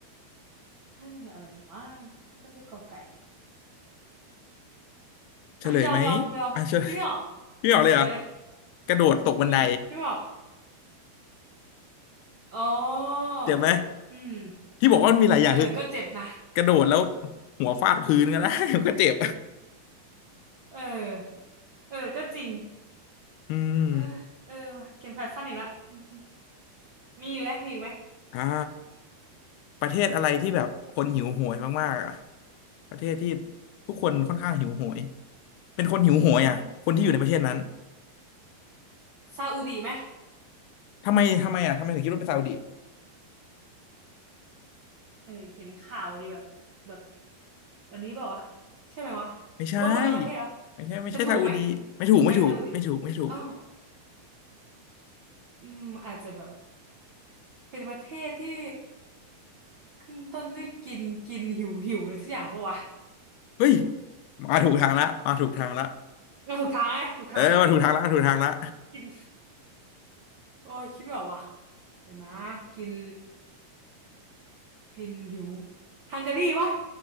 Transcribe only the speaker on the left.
เฉลยไหม
อ่ะเฉลย <laughs> พี่บอกเลยเหรอกระโดดตกบันได
เจ็บไหม
ที่บอกว่ามันมีหลายอย่างคือ
กระโดดแล้วหัวฟาดพื้นก็ได้ <laughs> มันก็เจ็บ
อืม
อ่าประเทศอะไรที่แบบคนหิวโหยมากๆอ่ะประเทศที่ทุกคนค่อนข้างหิวโหยเป็นคนหิวโหยอ่ะคนที่อยู่ในประเทศนั้น
ทำไมทำไมอ่ะทำไมถึงคิดว่าเป็นซาอุดิ
ไม่ใช่ไม่ใช่ไม่ใช่ซาอุดีไม่ถูกไม่ถูกไม่ถูกไม่ถูก
เฮ้ยมาถูกทางละมาถูกทางละ
เออมาถูกทางละมาถูกทางละ